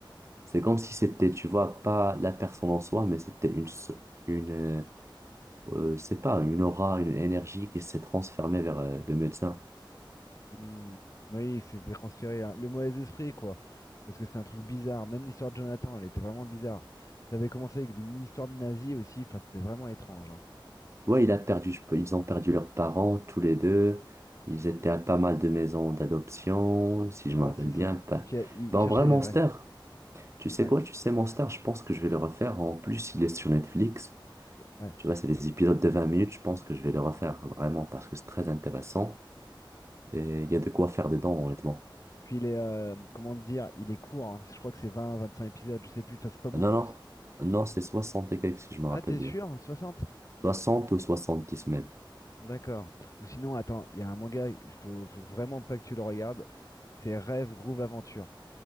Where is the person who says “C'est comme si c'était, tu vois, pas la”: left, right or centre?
Right